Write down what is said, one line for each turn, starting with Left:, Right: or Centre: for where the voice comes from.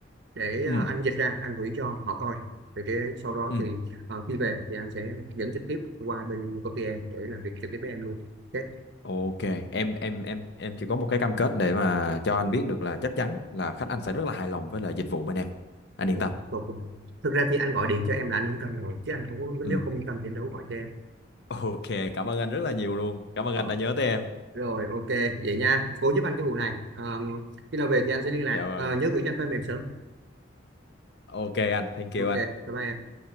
Right: để
Left: ừ
Right: ờ, anh dịch ra, anh gửi cho họ coi. Vậy thì sau đó
Left: ừ
Right: thì ờ, khi về thì anh sẽ dẫn trực tiếp qua bên công ty em để làm việc trực tiếp với em luôn. Ok,
Left: ok em em em em chỉ có một cái cam kết để mà cho anh biết được là chắc chắn là khách anh sẽ rất là hài lòng với lại dịch vụ bên em anh
Right: ok,
Left: yên tâm
Right: tốt rồi. Thực ra thì anh gọi điện cho em là anh yên tâm rồi, chứ anh không có-
Left: ừ
Right: nếu không yên tâm thì anh đâu có gọi cho em.
Left: ok cảm ơn anh rất là nhiều luôn cảm ơn
Right: Ờ,
Left: anh đã nhớ tới em
Right: rồi, ok, vậy nha. Cố giúp anh cái vụ này. Ờ, khi nào về thì anh sẽ liên lạc.
Left: dạ vâng
Right: Ờ, nhớ gửi cho anh file mềm sớm.
Left: ok anh thank
Right: Ok,
Left: you anh
Right: bye bye em.